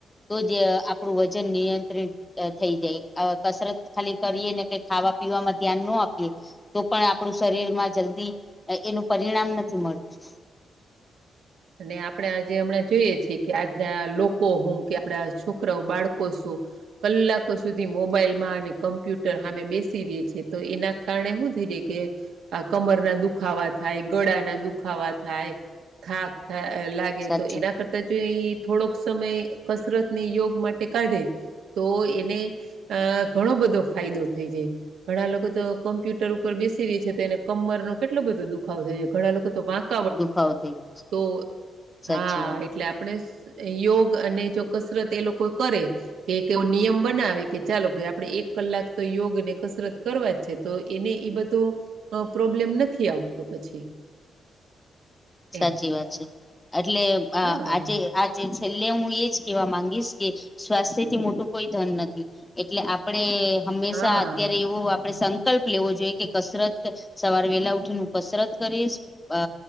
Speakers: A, on the left; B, on the right.
A: તો જ આપણું વજન નિયંત્રિત થઈ જાય અ કસરત ખાલી કરીએ ને કંઈ ખાવા પીવામાં ધ્યાન નો આપીએ તો પણ આપણું શરીરમાં જલ્દી એનું પરિણામ નથી મળતું.
B: અને આપણે આજે હમણાં જોઈએ છીએ કે આજના લોકો હુ, કે આપણા છોકરાઓ બાળકો શું કલાકો સુધી મોબાઈલમાં અને કમ્પ્યુટર હામે બેસી રીએ છે તો એના કારણે હુ થઈ જાય કે આ કમરના દુખાવા થાય, ગળાના દુખાવા થાય, થાક લાગે
A: સાચું
B: તો એના કરતા જો એ થોડોક સમય કસરત ને યોગ માટે કાઢે તો એને આ ઘણો બધો ફાયદો થઈ જાય ઘણા લોકો તો કોમ્પ્યુટર ઉપર બેસી ર્યાછે તો એને કમર નો કેટલો બધો દુખાવ થાય છે ઘણા લોકો તો વાંક
A: દુખાવો થઈ ગયો છે.
B: તો
A: સાચી
B: હા
A: વાત
B: એટલે આપણે યોગ અને જો કસરત એ લોકો કરે કે એવ નિયમ બનાવે કે ચાલો ભાઈ આપડણે એક કલાક તો યોગ ને કસરત કરવા જ છે. તો એને ઈ બધો પ્રોબ્લેમ નથી આવતો પછી
A: સાચી
B: એમ.
A: વાત છે. એટલે આ
B: હા,
A: આજે આજે છેલ્લે હું એજ કેવા માંગીશ કે સ્વાસ્થ્ય થી મોટું કોઈ ધન નથી. એટલે આપડે હંમેશા
B: હા,
A: અત્યારે એવો આપડે સંકલ્પ લેવો જોઈએ કે કસરત સવાર વેલા ઉઠીનેું કસરત કરીશ અ